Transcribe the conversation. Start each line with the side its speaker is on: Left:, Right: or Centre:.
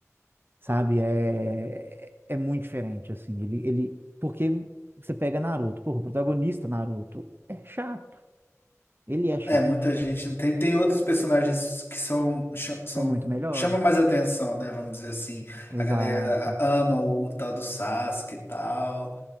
Right: sabe, é, é muito diferente, assim. Ele, ele, porque você pega Naruto, porra, o protagonista Naruto é chato, ele é chato.
Left: É, muita gente tem, tem outros personagens que são, cha- são
Right: São muito melhores.
Left: chamam mais atenção, né? Vamos dizer assim.
Right: Exato.
Left: A galera ama o, tal do Sasuke e tal.